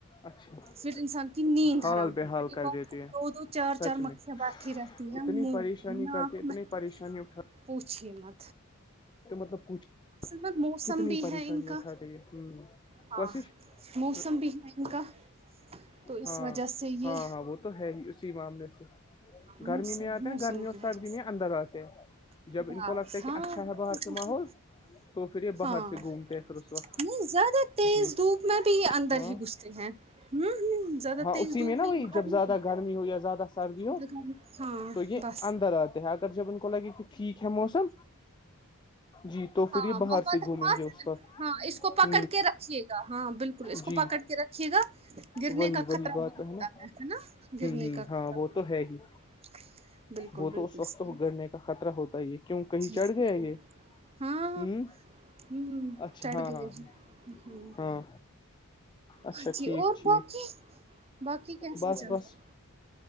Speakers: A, on the left; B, on the right.
A: اچھا
B: ھر انسان کی نیند
A: حال
B: حرام
A: بحال کر
B: ب کو
A: دیتے ہیں
B: دو دو چار
A: سچ
B: چار مکھیاں
A: میں
B: بیٹھی رہتی ہے
A: اتنی
B: نک
A: پریشانی
B: ناک
A: کرتے اتنی
B: میں
A: پریشانی اٹھا
B: پوچھیے م
A: تو مطلب پوچھ
B: میں موسم
A: کتنی
B: بھی
A: پریشانی
B: ہے ان
A: اٹھاتے
B: کا
A: یہ
B: ہاں
A: کوششچھ
B: موسم بھی ہے ان کا تو اس
A: ہاں
B: وجہ سے یہ
A: ہاں ہاں ب تو ہے ہی اسی معاملے سے
B: موسم
A: گرمی میں آتے
B: موسم
A: ہیں نا گرمی اور
B: کی وجہ
A: سردی
B: سے
A: میں اندر آتے ہیں جب
B: بس
A: ان کو لگتا ہے کہ
B: ہاں ہاں
A: اچھا ہے باہر
B: بالکل
A: سے ماحول تو پھر یہ باہر
B: ہاں
A: سے گھومتے ہیں پھر اس وقت
B: نہیں زیادہ تیز
A: جی
B: دھوپ میں بھی یہ اندر
A: ہاں
B: ہی گھستے ہیں ہوں ہوں زیادہ
A: ہاں
B: تیز
A: اسی
B: دھوپ
A: میں نا وہی
B: یہ باہر
A: جب
B: نہیں
A: زیادہ
B: نکلتے
A: گرمی ہو یا زیادہ سردی ہو
B: کھانا ہاں
A: تو کی
B: بس
A: اندر آج در جب ان کو لگے کہ ٹھیک ہے موسم جی تو
B: ہاں
A: پھر یہ باہر
B: محبت
A: سے
B: اما
A: گھومیں گے اس وقت
B: ہاں اس کو پکڑ
A: ہ ہ
B: کے رکھیے گا ہاں بالکل اس
A: جی
B: کو پکڑ کے رکھیے گا گرنے
A: وہی
B: کا
A: وہی
B: خطرہ
A: بات
B: بھی ہوتا
A: ہے نا ہوں
B: ہے نا گرنے
A: ہوں
B: کا
A: ہاں
B: خطرہ
A: وہ
B: بھی
A: تو
B: ہوتا
A: ہے ہی
B: ہے، بالکل
A: وہ
B: بالکل
A: تو اس وقت
B: صحیح
A: تو گڑنے کا خطرہ ہوتا ہی کیوں کہیں
B: جی
A: چڑھ
B: جی
A: گیا یہ
B: جی ہاں
A: ہوں
B: ہ
A: اچھا
B: چڑھ
A: ہاں
B: گئے
A: ہاں
B: ہ
A: ہاں اچھا
B: ہاں جی
A: ٹھیک
B: اور
A: ٹھیک
B: باقی باقی کیسا
A: بس
B: چل
A: بس
B: رہا ہے